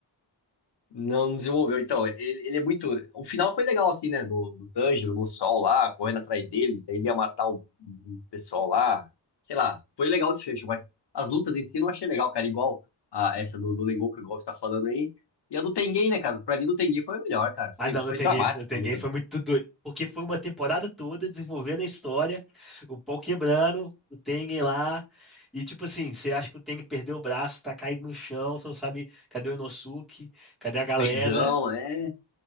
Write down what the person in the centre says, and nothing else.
Ah,
não,
no Ten
Game, no Ten
Game foi
muito doido. Porque foi uma temporada toda desenvolvendo a história, o pau quebrando, o Tengen lá. E tipo assim, você acha que o Tengen perdeu o braço, tá caído no chão, você não sabe cadê o Inosuke, cadê a
galera.